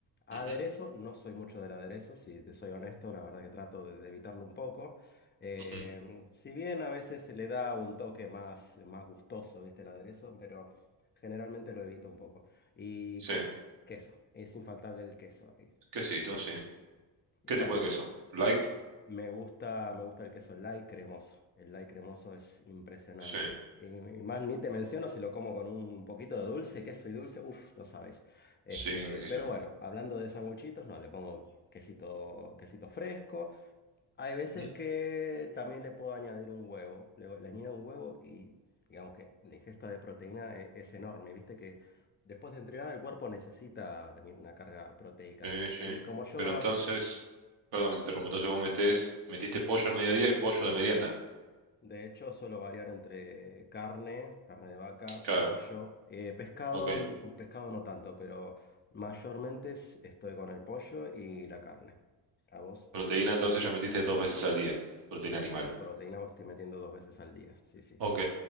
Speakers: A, on the left; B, on the right.
A: Aderezo,
B: ujú,
A: no soy mucho del aderezo, si te soy honesto, la verdad que trato de, de evitarlo un poco. Eh,
B: ujú,
A: si bien a veces se le da un toque más, más gustoso, ¿viste? El aderezo, pero generalmente lo evito un poco. Y
B: Sí,
A: queso, queso, es infaltable el queso ahí.
B: quesito,
A: Y,
B: sí.
A: y
B: ¿Qué
A: bueno.
B: tipo de queso? ¿Light?
A: Me gusta, me gusta el queso light cremoso. El light cremoso es impresionante.
B: Sí,
A: Y, y más ni te menciono si lo como con un poquito de dulce, queso y dulce, uff, no sabes. Este,
B: sí, riquísimo.
A: pero bueno, hablando de sanguchitos, no, le pongo quesito, quesito fresco. Hay veces
B: Ujú,
A: que también le puedo añadir un huevo. Le, le añado un huevo y digamos que la ingesta de proteína e- es, enorme. Viste que después de entrenar el cuerpo necesita también una carga proteica.
B: Sí, sí.
A: Y como yo...
B: Pero entonces,
A: ac-
B: perdón que te interrumpo, entonces vos metés, metiste pollo al mediodía y pollo de merienda.
A: De hecho, suelo variar entre carne, carne de vaca,
B: Claro,
A: pollo, eh, pescado,
B: ok.
A: n- pescado no tanto, pero mayormente s- estoy con el pollo y la carne. ¿A vos
B: Proteína,
A: qué te
B: entonces ya metiste dos veces al día, proteína
A: pro-
B: animal.
A: proteína vos estoy metiendo dos veces al día? Sí, sí.
B: Ok.